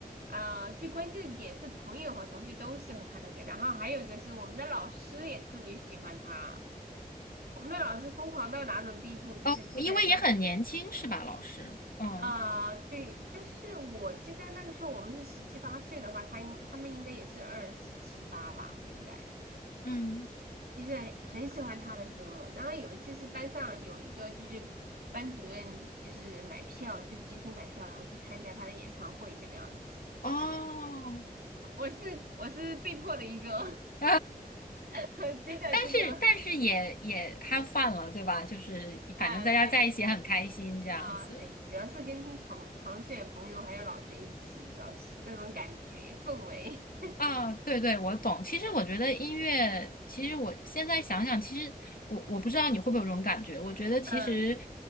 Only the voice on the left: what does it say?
哦，因为也很年轻是吧，老师？嗯
嗯，
哦，
<laughs>
但是但是也也 have fun 了，对吧？就是反正大家在一起也很开心这样子，
啊，对对，我懂。其实我觉得音乐，其实我现在想想，其实我我不知道你会不会有这种感觉。我觉得其实